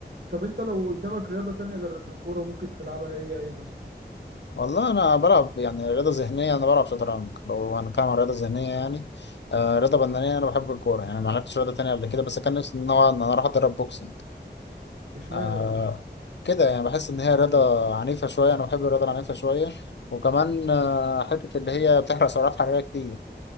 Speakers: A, on the right; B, on the left.
A: طب انت لو قدامك رياضة تانية غير الكورة ممكن تلعبها هي ايه مثلا
B: والله انا بلعب يعني رياضه ذهنيه انا بلعب شطرنج لو هنتكلم عن رياضه ذهنيه يعني آه رياضه بدنيه انا بحب الكوره يعني ما لعبتش رياضه تانية قبل كده بس كان نفسي ان هو ان انا اروح اتدرب بوكسنج
A: اشمعنى
B: آه
A: بوكس
B: كده يعني بحس ان هي رياضه عنيفه شويه انا بحب الرياضه العنيفه شويه وكمان آه حته اللي هي بتحرق سعرات حراريه كتير